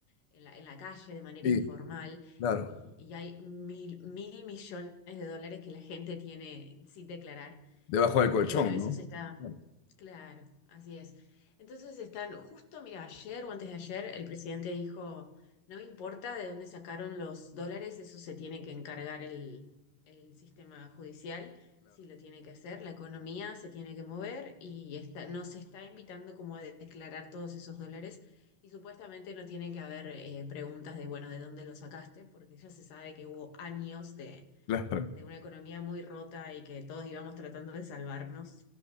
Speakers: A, on the left; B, on the left.
A: en la, en la calle, de manera
B: sí,
A: informal,
B: claro.
A: y, y hay mil, mil millones de dólares que la gente tiene sin declarar.
B: Debajo
A: Y,
B: del colchón,
A: y bueno, eso
B: ¿no?
A: se está,
B: Claro,
A: Claro, así es. Entonces están, justo, mira, ayer o antes de ayer, el presidente dijo, no me importa de dónde sacaron los dólares, eso se tiene que encargar el, el sistema judicial, sí lo tiene que hacer, la economía se tiene que mover y está, nos está invitando como a declarar todos esos dólares y supuestamente no tiene que haber eh, preguntas de, bueno, ¿de dónde lo sacaste? Porque ya se sabe que hubo años de,
B: claro. claro.
A: de una economía muy rota y que todos íbamos tratando de salvarnos.